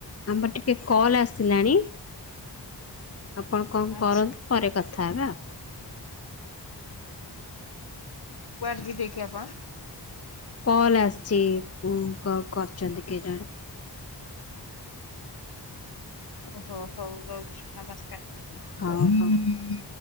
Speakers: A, on the left (about 35°); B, on the left (about 60°).
A: ଆମର ଟିକେ କଲ୍ ଆସିଲାଣି ଆପଣ କଣ
B: ଆଚ୍ଛା
A: କରନ୍ତୁ ପରେ କଥା ହେବା।
B: କୁଆଡେ ଯିବେ କି ଆପଣ।
A: କଲ ଆସିଚି ଉ କ କରିଚନ୍ତି କିଏ ଜଣେ।
B: ଓ ହୋ ହଉ ରହୁଚି ନମସ୍କାର।
A: ହଉ ହଉ।